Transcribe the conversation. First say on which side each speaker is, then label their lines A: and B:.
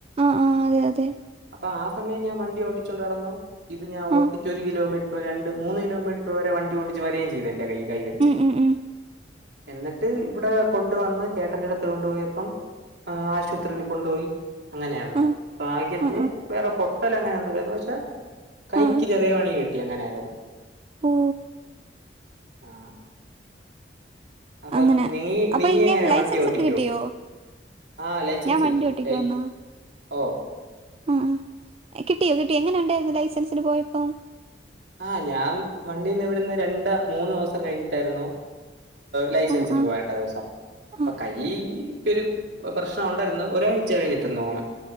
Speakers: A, on the right; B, on the right.
A: ആഹ് ആഹ് അതെ അതെ.
B: അപ്പൊ ആ സമയം ഞാൻ വണ്ടിയോടിച്ചോണ്ട് നടന്നു. ഇത് ഞാൻ ഓട്ടിച്ചൊരു
A: ആ
B: കിലോമീറ്റർ രണ്ട്, മൂന്ന് കിലോമീറ്റർ വരെ വണ്ടിയോടിച്ച് വരേം ചെയ്തു എന്റെ കൈ കൈ വെച്ച്.
A: ഉം ഉം ഉം
B: എന്നട്ട് ഇവിടെ കൊണ്ട് വന്ന് ചേട്ടന്റെ അടുത്ത് കൊണ്ടുപോയപ്പം. ആ ആശുപത്രിയില് കൊണ്ടുപോയി അങ്ങനെയായിരുന്നു
A: ആ
B: ഭാഗ്യ
A: ആ
B: പൊട്ടലങ്ങനെന്നുല്ല ന്നു വെച്ചാ കൈക്ക്
A: ആ ആ
B: ചെറിയ പണി കിട്ടിയെങ്ങനായാലും
A: ഓഹോ
B: ആ അപ്പൊ
A: അങ്ങനെ
B: നീ
A: അപ്പൊ
B: നീയെങ്ങനെ
A: ഇങ്ങനെ ലൈസൻസ്
B: വണ്ടി ഓട്ടിക്കോ?
A: ഒക്കെ കിട്ടിയോ
B: ആ ലൈസൻസ്
A: ഞാൻ വണ്ടി
B: കിട്ടി
A: ഓട്ടിക്കുമെന്നാ
B: ലൈ ഓഹ്
A: ആ കിട്ടിയോ കിട്ടിയോ?. എങ്ങനെ ഉണ്ടായിരുന്നു ലൈസൻസിന് പോയപ്പോ?
B: ആഹ് ഞാൻ വണ്ടിന്ന് വിടുന്ന് രണ്ട് മൂന്ന് ദിവസം കഴിഞ്ഞിട്ടായിരുന്നു. ലൈസൻസിന്
A: ആ ആ
B: പോവേണ്ട ദിവസം. അപ്പൊ
A: ആ
B: കൈക്കൊരു പ്രശ്നൊണ്ടായിരുന്നു. ഒരാഴ്ച കഴിഞ്ഞിട്ടെന്ന് തോന്ന്ണ്